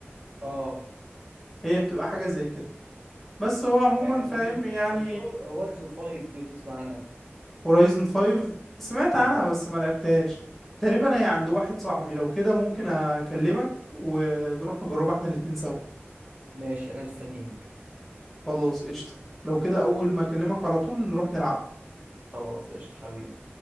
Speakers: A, on the right (about 45°); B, in the centre.
A: اه
B: هي بتبقى حاجة زي كده بس هو عموما
A: يعني
B: فاهم
A: ممكن
B: يعني
A: كان في هورايزون 5 دي لو تسمع عنها
B: هورايزن 5 سمعت عنها
A: اه
B: بس ما لعبتهاش تقريبا هي عند واحد صاحبي لو كده ممكن اكلمك ونروح نجربها احنا الاتنين سوا
A: ماشي انا مستنيك
B: خلاص قشطة لو كده اول ما اكلمك على طول نروح نلعب
A: خلاص قشطة حبيبي